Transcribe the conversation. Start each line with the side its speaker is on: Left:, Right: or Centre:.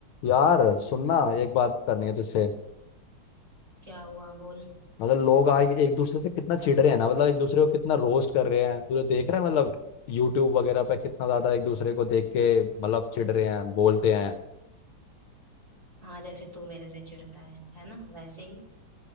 Left: यार सुनना एक बात करनी है तुझसे
Right: क्या हुआ बोल
Left: मतलब लोग आज एक दूसरे से कितना चिढ़ रहे हैं ना मतलब एक दूसरे को कितना रोस्ट कर रहे हैं तुझे देख रहा है मतलब यूट्यूब वगैरह पे कितना ज्यादा एक दूसरे को देख के मतलब चिढ़ रहे हैं बोलते हैं
Right: हाँ जैसे तू मेरे से चिढ़ता है है ना वैसे ही